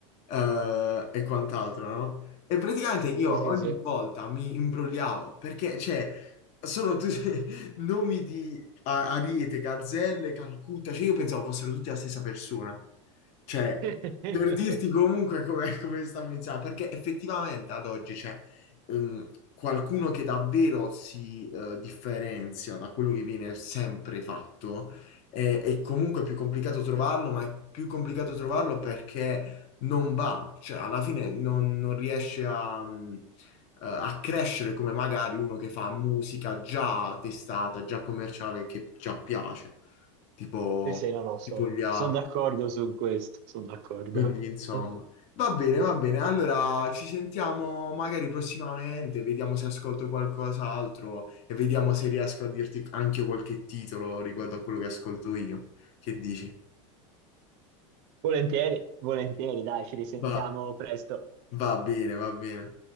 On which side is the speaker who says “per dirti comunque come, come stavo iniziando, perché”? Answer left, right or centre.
Left